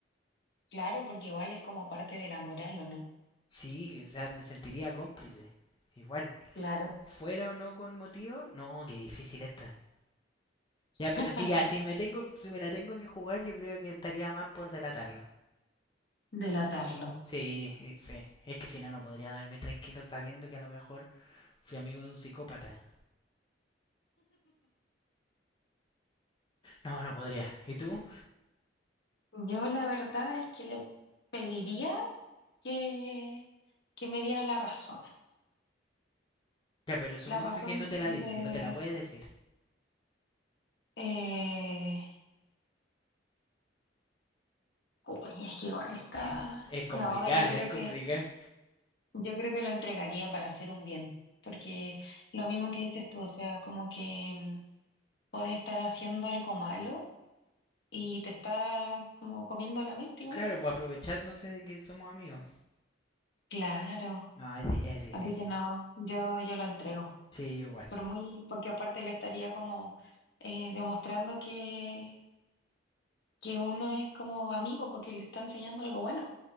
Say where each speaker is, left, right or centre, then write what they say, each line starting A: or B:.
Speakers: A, on the left; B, on the left.
A: Claro, porque igual es como parte de la moral, ¿o no?
B: Sí, o sea, me sentiría cómplice. Igual.
A: Claro.
B: Fuera o no con motivo, no, qué difícil está. Ya, pero
A: <laughs>
B: sí, ya, si me tengo, si me la tengo que jugar, yo creo que estaría más por delatarlo.
A: Delatarlo.
B: Sí, eh, sí. Es que si no, no podría dormir tranquilo sabiendo que a lo mejor fui amigo de un psicópata. No, no podría. ¿Y tú?
A: Yo la verdad es que le pediría que, que me diera la razón.
B: Ya, pero supongo
A: La razón
B: que no te la
A: de...
B: dice, que no te la puede decir.
A: eh, uy, es que igual está...
B: <laughs> Es complicada,
A: No, yo creo
B: es complicada.
A: que, yo creo que lo entregaría para hacer un bien. Porque lo mismo que dices tú, o sea, como que mm, puedes estar haciendo algo malo y te está como comiendo la mente igual,
B: Claro,
A: pues.
B: pues aprovechándose de que somos amigos.
A: Claro.
B: No, es, di- es difícil.
A: Así que no, yo, yo lo entrego.
B: Sí, igual.
A: pero muy, porque aparte le estaría como eh, demostrando que, que uno es como amigo, porque le está enseñando algo bueno.